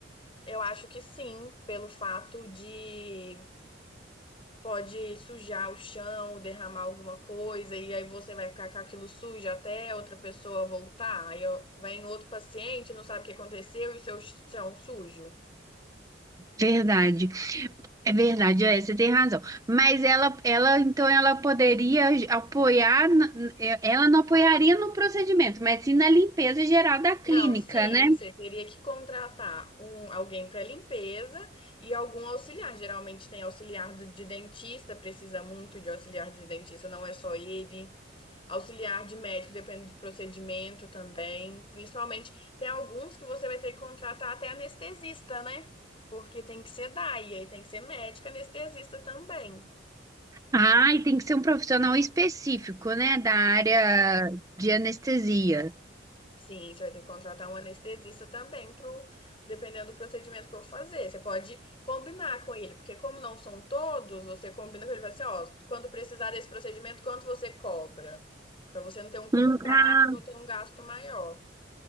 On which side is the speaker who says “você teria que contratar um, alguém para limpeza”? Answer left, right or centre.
Left